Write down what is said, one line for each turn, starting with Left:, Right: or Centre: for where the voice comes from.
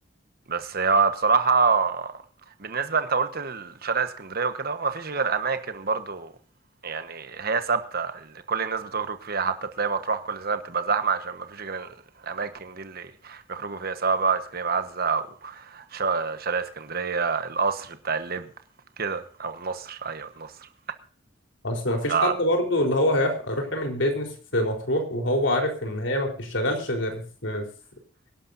Right: بس هو بصراحة بالنسبة انت قلت لشارع اسكندرية وكده هو مفيش غير أماكن برضو يعني هي ثابتة اللي كل الناس بتخرج فيها حتى تلاقي مطروح كل سنة بتبقى زحمة عشان مفيش غير الأماكن دي اللي بيخرجوا فيها سواء بقى ايس كريم عزة أو شا- شارع اسكندرية القصر بتاع اللب كده أو النصر أيوة النصر
Left: أصل مفيش
Right: ف
Left: حد برضه اللي هو هيح- هيروح يعمل بيزنس في مطروح وهو عارف إن هي ما بتشتغلش غير في, في